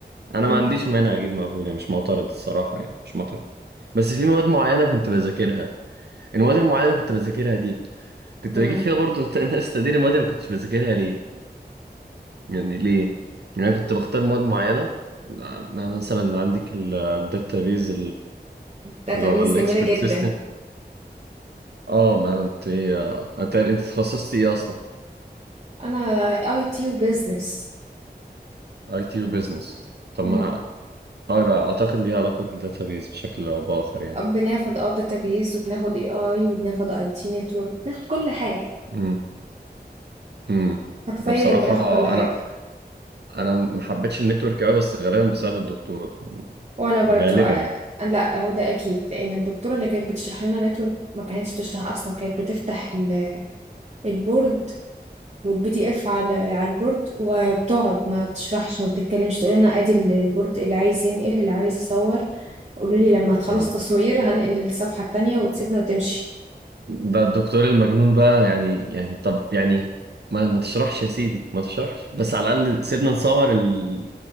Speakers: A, on the right; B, on the right.
A: أنا
B: امم
A: ما عنديش مانع أجيب مقبول يعني مش معترض الصراحة يعني مش معترض بس في مواد معينة كنت بذاكرها المواد المعينة اللي كنت بذاكرها دي كنت
B: امم
A: بجيب فيها برضو <laughs> ناس تقدير المواد اللي ما كنتش بذاكرها ليه يعني ليه يعني أنا كنت بختار مواد معينة مثلا عندك الداتابيز
B: داتابيز
A: اللي هو الاكسبرت
B: جميله جدا
A: سيستم اه ما انت ايه هتقل انت اتخصصت ايه اصلا
B: انا اي تي وبزنس
A: اي تي وبزنس طب ما
B: امم
A: اه يبقى اعتقد ليها علاقه بالداتابيز بشكل او باخر يعني
B: بناخد اه داتابيز وبناخد اي اي وبناخد اي تي نتورك بناخد كل حاجة
A: امم امم
B: حرفيا
A: بصراحه
B: بناخد كل حاجة
A: انا انا ما حبيتش النتورك قوي بس غالبا بسبب الدكتور
B: وانا برضو
A: غالبا
B: آه،
A: يعني
B: لا هو ده اكيد لان الدكتورة اللي كانت بتشرح لنا نتورك ما كانتش بتشرح اصلا كانت بتفتح ال- البورد والبي دي اف على على البورد وبتقعد ما بتشرحش ما بتتكلمش تقول لنا ادي ال- البورد اللي عايز ينقل اللي عايز يصور قولوا لي لما تخلص
A: اه
B: تصوير هنقل للصفحة التانية وتسيبنا وتمشي
A: ده الدكتور المجنون بقى يعني يعني طب يعني ما ما تشرحش يا سيدي ما تشرحش بس على الأقل سيبنا نصور ال